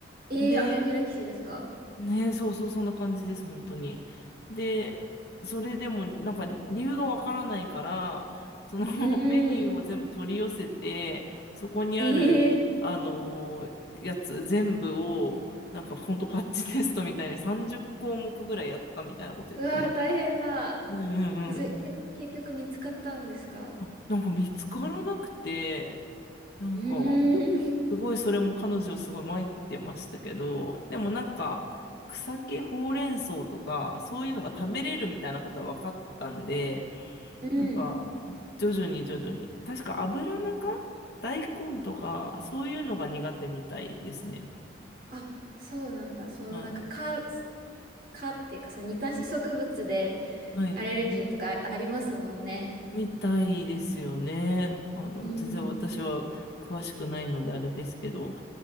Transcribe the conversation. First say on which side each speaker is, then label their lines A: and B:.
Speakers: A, on the right (about 50°); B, on the left (about 55°).
A: ええアナフィラキシーですか
B: で、ねえ、そうそう、そんな感じです、本当に。で、それでも、なんか、理由がわからないから、その <laughs>
A: う
B: メニューを全部取り寄せて、
A: ーん。
B: そこにある、
A: ええ
B: あのーやつ全部を、なんか、本当パッチテストみたいに30項目ぐらいやったみたいなこと言ってます。
A: うわー、大変だ。
B: うんうんうん。
A: で、それ、け、結局見つかったんですか
B: あなんか見つからなくて、なんか、
A: うーん。
B: すごいそれも彼女すごい参ってましたけど、でもなんか草木ほうれん草とかそういうのが食べれるみたいなことは分かったんで、
A: うんうん。うん。
B: なんか徐々に徐々に、確か油中大根とかそういうのが苦手みたいですね。
A: あ、そうなんだ。そのなんか蚊、
B: はい。
A: 蚊っていうか、その似た植物で
B: はい。
A: アレルギーとかあありますもんね。
B: みたいですよね。あの、
A: うん。
B: 全然私は詳しくないのであれですけど、